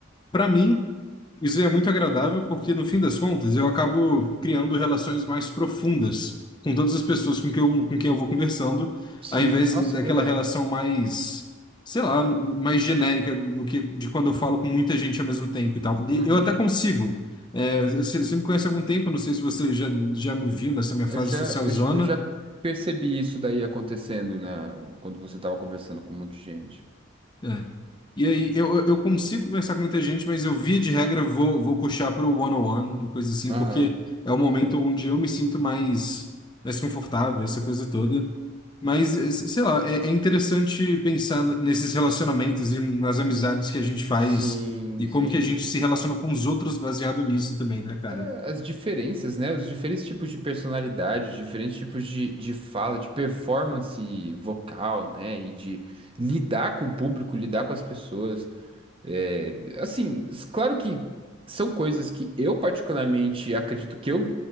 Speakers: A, on the left; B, on the right.
A: para mim, isso é muito agradável porque, no fim das contas, eu acabo criando relações mais profundas com todas as pessoas com que eu, com quem eu vou conversando,
B: Sim,
A: ao invés
B: nossa,
A: daquela
B: é verdade.
A: relação mais, sei lá, mais genérica do que de quando eu falo com muita gente ao mesmo tempo e tal. E
B: Uhum.
A: eu até consigo. É, você você me conhece há algum tempo, não sei se você já, já me viu nessa minha fase
B: Eu já,
A: social
B: eu,
A: zona.
B: j- eu já percebi isso daí acontecendo, né? Quando você tava conversando com um monte de gente.
A: É, E aí, eu, eu eu consigo conversar com muita gente, mas eu, via de regra, vou, vou puxar para o one-on-one e coisa assim,
B: Aham.
A: porque é o momento onde eu me sinto mais, mais confortável, essa coisa toda. Mas, eh, se- sei lá, é, é interessante pensar nesses relacionamentos e nas amizades que a gente faz
B: Sim,
A: e
B: sim.
A: como que a gente se relaciona com os outros baseado nisso também, né, cara?
B: É, as diferenças, né? Os diferentes tipos de personalidade, os diferentes tipos de, de fala, de performance vocal, né? E de lidar com o público, lidar com as pessoas. É, assim, s- claro que são coisas que eu particularmente acredito que eu